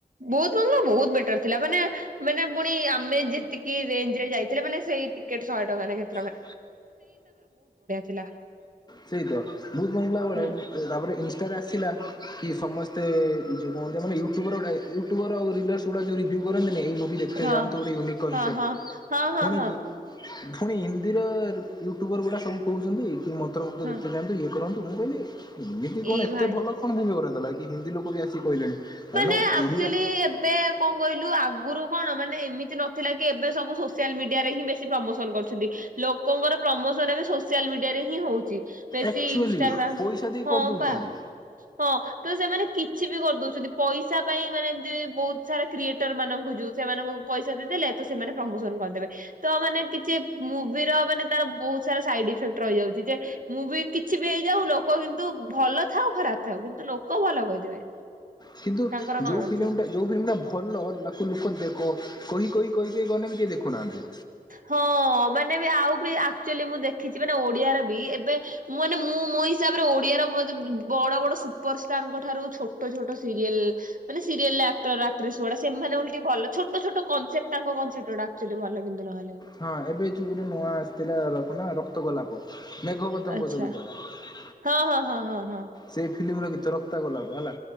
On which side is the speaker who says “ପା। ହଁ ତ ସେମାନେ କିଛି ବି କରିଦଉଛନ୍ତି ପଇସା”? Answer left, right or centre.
Right